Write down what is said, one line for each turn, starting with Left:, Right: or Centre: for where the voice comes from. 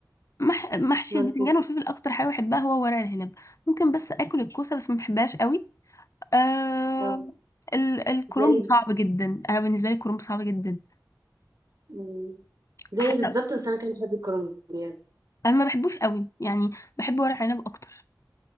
Left: مح... محشي
Right: ملفوف
Left: البتنجان والفلفل اكتر حاجه بحبها هو ورق العنب ممكن بس اكل الكوسه بس ما بحبهاش قوي آه...
Right: آه،
Left: ال... الكرنب
Right: زي
Left: صعب
Right: بز-
Left: جدا انا بالنسبه لي الكرنب صعب جدا
Right: م. زي
Left: حتى
Right: بالظبط بس انا كان بحب الكرنب يعني.
Left: انا ما بحبوش قوي يعني بحب ورق عنب اكتر